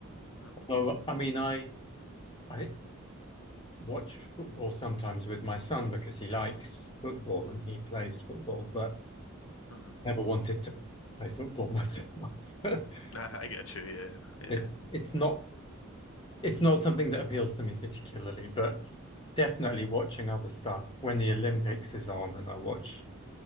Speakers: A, on the left; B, on the left.
A: hmm
B: Although, I mean, I I watch football sometimes with my son because he likes football and he plays football, but
A: hmm
B: never wanted to play football myself. <laughs>
A: I, I get you. Yeah. Yeah.
B: It's it's not it's not something that appeals to me particularly, but definitely watching other stuff when the Olympics is on and I watch